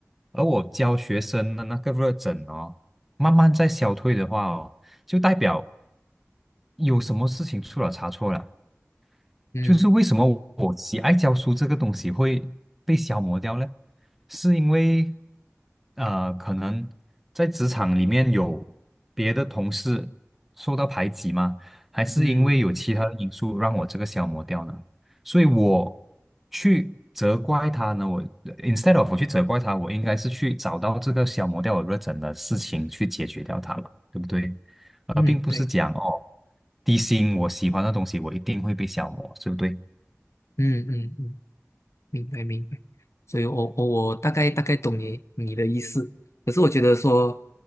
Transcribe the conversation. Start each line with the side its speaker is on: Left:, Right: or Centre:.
Centre: 而我教学生的那个热忱哦，慢慢在消退的话哦，就代表有什么事情出了差错了。
Left: 嗯
Centre: 就是为什么我喜爱教书这个东西会被消磨掉呢？是因为，呃，可能在职场里面有别的同事受到排挤吗？还是因为有其他的因素让我这个消磨掉呢？
Left: 嗯
Centre: 所以我去责怪他呢，我 instead of 我去责怪他，我应该是去找到这个消磨掉我热忱的事情去解决掉它了，对不对？
Left: 嗯对，
Centre: 呃，并不是讲哦，低薪我喜欢的东西，我一定会被消磨，对不对？
Left: 嗯嗯嗯，明白明白。所以我我我大概大概懂你你的意思，可是我觉得说。